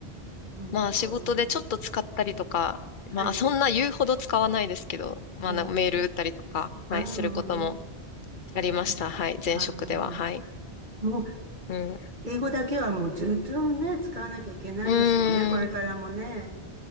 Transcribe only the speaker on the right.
んと。
はい。
ええ、
ああ、
は
い。
ああ、
も
う
英語だけはもうずっとね、使わなきゃいけないですもんね、
これからもね。